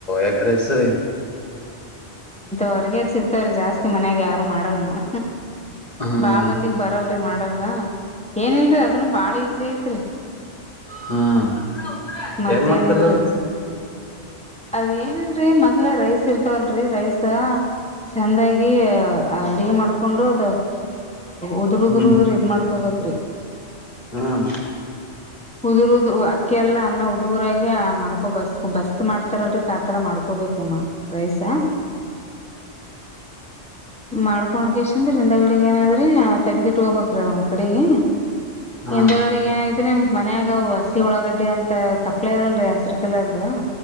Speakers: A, on the left (about 35°); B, in the centre.
A: ಎಗ್ಗ್ ರೈಸ್ಸು
B: ಹೊರ್ಗದ್ ಸಿಗ್ತಾವ್ರೀ ಜಾಸ್ತಿ ಮನ್ಯಾಗ ಯಾರು ಮಾಡಲ್ ಮ
A: ಹ್ಮ್
B: ಬಾಳ ಮಂದಿಗ್ ಬರಲ್ರಿ ಮಾಡಕ್ <unintelligible> ಏನಿಲ್ರಿ ಅದನ್ನು ಬಾಳ ಈಸಿ ಐತ್ರಿ
A: ಹ್ಮೀ
B: ಮತ್ತೇನಿಲ್ರಿ
A: ಹೆಂಗ ಮಾಡ್ತಾರೆ ಅದು.
B: ಅದ್ ಏನಿಲ್ರಿ ಮೊದ್ಲೇ ರೈಸ್ ಇರ್ತಾವಲ್ರರಿ ರೈಸು ಚೆಂದಾಗಿ ಅಡುಗೆ ಮಾಡು. ಕೊಂಡ್ರದು ಅದ ಉದ್ರ ಉದ್ರ
A: ಹ್ಮ್
B: ಉದ್ರ ಇದ್ ಮಾಡ್ಕೋಬೇಕ್ರಿ
A: ಹ್ಮ್ ಹ್ಮ್
B: ಉದುರುದು ಹಾಕ್ ಅಕ್ಕಿ ಎಲ್ಲ ಅನ್ನ ಉದೂರಾಗಿ ಮಾಡ್ಕೊ ಬಸ್ ಬಸ್ತ್ ಮಾಡ್ತಾರಲ್ರಿ <unintelligible> ಮಾಡ್ಕೋಬೇಕ್ರಮ್ಮ ರೈಸಾ ಮಾಡ್ಕೊಂಡ ಕೆಸಂದ್ರ ಹಿಂದಗಡಿಗೆ ಏನಾದ್ರಿ ತೆಗ್ದಿಟ್ಟು ಹೋಗ್ಕ್ರಿ <unintelligible> ಅಡಿಗೆ
A: ಹಾ
B: ಹಿಂದಗಡಿಗೆ ಏನ್ ಐತ್ರಿ ನಿಮ ಮನ್ಯಾಗ ಹಸಿ ಉಳಾಗಡ್ಡಿ ಅಂತ ತಪ್ಲ ಇರಲ್ರರಿ ಹಸರು ಕಲ್ಲರ್ದು